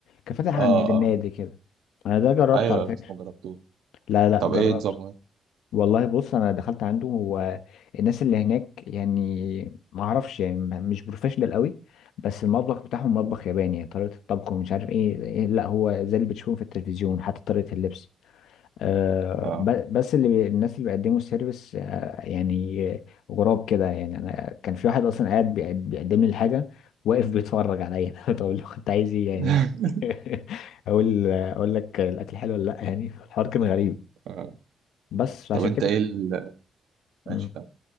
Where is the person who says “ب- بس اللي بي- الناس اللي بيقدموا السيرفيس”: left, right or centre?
Left